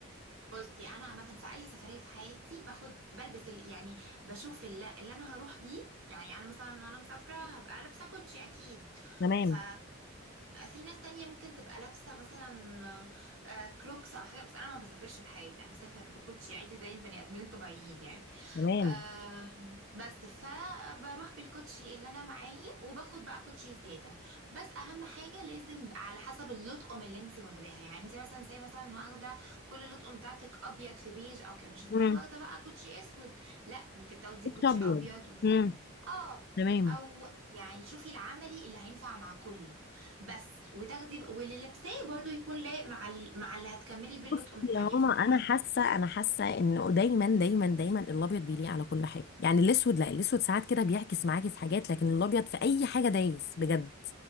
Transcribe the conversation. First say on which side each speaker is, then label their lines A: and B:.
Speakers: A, on the right (about 70°); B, on the left (about 50°).
A: بصي انا عامه في اي سفريه في حياتي باخد بلبس ال... يعني بشوف اللي, اللي انا هروح بيه يعني انا مثلا وانا مسافره هبقى لابسه كوتشي اكيد
B: تمام
A: ف في ناس تانية ممكن تبقى لابسه مثلا آه، كروكس او حاجه بس انا ما بسافرش بحياتي انا بسافر بكوتشي عادي زي البني ادمين الطبيعيين يعني
B: تمام
A: آم، بس فبروح بالكوتشي اللي انا معايا وباخد بقى كوتشي زياده بس اهم حاجه لازم يبقى على حسب اللطقم اللي انت واخداها يعني انت مثلا زي مثلا واخده كل اللطقم بتاعتك ابيض في بيج او كده مش هتروحي
B: مم.
A: واخده بقى كوتشي اسود لا ممكن تاخدي
B: كوتش
A: كوتشي
B: ابيض
A: ابيض وتاني
B: مم.
A: اه
B: تمام
A: او تمام. يعني شوفي العملي اللي هينفع مع كله بس وتاخدي واللي لابساه برضو يكون لايق مع ال... مع اللي هتكملي بيه
B: بصي
A: اللطقم التانية
B: يا ماما
A: فاهمة
B: انا حاسه انا حاسه انه دايما دايما دايما الابيض بيليق على كل حاجه يعني الاسود لا الاسود ساعات كده بيعكس معاكي في حاجات لكن الابيض في اي حاجه دايس بجد